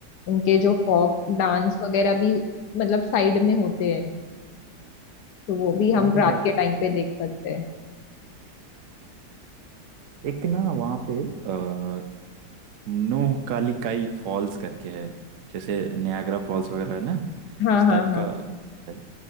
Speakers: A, on the left (about 75°); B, on the right (about 65°).
A: उनके जो फोक डांस वगैरह भी मतलब साइड में होते हैं तो वो भी हम
B: ओ
A: रात के टाइम पे देख सकते हैं
B: एक ना वहाँ पे आ, नोह कालिकाई फॉल्स करके है जैसे नियाग्रा फॉल्स वगैरह है ना
A: हाँ
B: उस
A: हाँ
B: टाइप
A: हाँ
B: का है